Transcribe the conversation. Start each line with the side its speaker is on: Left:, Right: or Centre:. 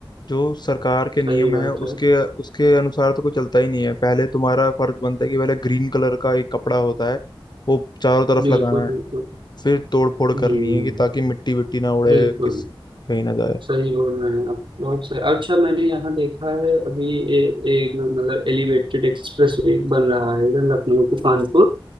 Left: जो सरकार के नियम
Right: सही बात
Left: है उसके
Right: है
Left: उसके अनुसार तो कोई चलता ही नहीं है पहले तुम्हारा फर्ज बनता है कि पहले ग्रीन कलर का एक कपड़ा होता है वो चारों तरफ
Right: बिल्कुल
Left: लगाना है
Right: बिल्कुल
Left: फिर तोड़ फोड़
Right: हम्म
Left: करनी है कि ताकि मिट्टी विट्टी ना उड़े
Right: बिल्कुल
Left: किस कहीं ना जाए
Right: सही बोल रहे हैं आप बहुत सही अच्छा मैंने यहाँ देखा है अभी ए, एक मतलब एलिवेटेड एक्सप्रेस एक बन रहा है इधर लखनऊ टू कानपुर